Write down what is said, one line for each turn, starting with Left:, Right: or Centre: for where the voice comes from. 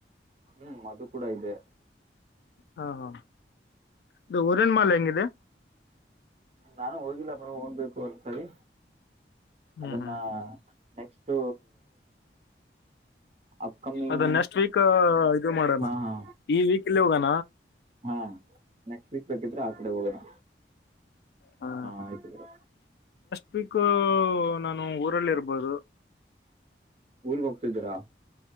Right: ಹ್ಮ್ ಅದು ಕೂಡ ಇದೆ
Left: ಹಾ ಹಾ ಇದು ಊರನ್ ಮಾಲ್ ಹೆಂಗಿದೆ
Right: ನಾನು ಹೋಗಿಲ್ಲ ಪರ ಹೋಗ್ಬೇಕು ಒಂದ್ಸರಿ
Left: ಹ್ಮ್
Right: ಅದನ್ನ
Left: ಹ್ಮ್
Right: ನೆಕ್ಸ್ಟ್ ಅಪ್ಕಮಿಂಗ್
Left: ಅದ ನೆಕ್ಸ್ಟ್ ವೀಕ್ ಇ ಮಾಡೋಣ
Right: ಹಾ ಹಾ
Left: ಈ ವೀಕ್ ಇಲ್ಲಿ ಹೋಗಣ
Right: ಹಾ ನೆಕ್ಸ್ಟ್ ವೀಕ್ ಬೇಕಿದ್ರೆ ಆ ಕಡೆ ಹೋಗೋಣ
Left: ಹಾ
Right: ಆಯ್ತು ಬ್ರೋ
Left: ಪಕ್ ನಾನು ಊರಲ್ಲಿ ಇರ್ಬೋದು
Right: ಊರ್ಗ್ ಹೋಗ್ತಿದ್ದೀರಾ